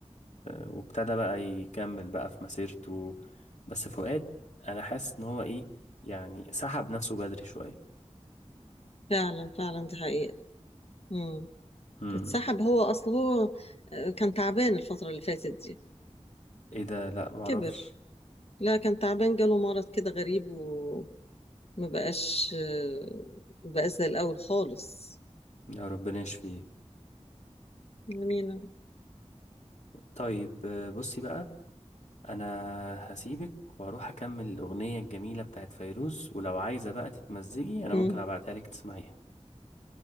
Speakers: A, on the left (about 75°); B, on the left (about 60°).
A: وابتدى بقى يكمل بقى في مسيرته بس فؤاد أنا حاسس إن هو إيه يعني سحب نفسه بدري شوية
B: فعلا فعلا دي حقيقة مم.
A: امم
B: اتسحب هو اصل هو آه، كان تعبان الفترة اللي فاتت دي
A: إيه ده لأ معرفش
B: كبر لا كان تعبان جاله مرض كده غريب وما بقاش آه، ما بقاش زي الاول خالص
A: يا ربنا يشفيه
B: امين يا رب.
A: طيب آه، بصي بقى أنا هسيبك وهروح أكمل الأغنية الجميلة بتاعت فيروز ولو عايزة بقى تتمزجي أنا
B: مم.
A: ممكن أبعتها لك تسمعيها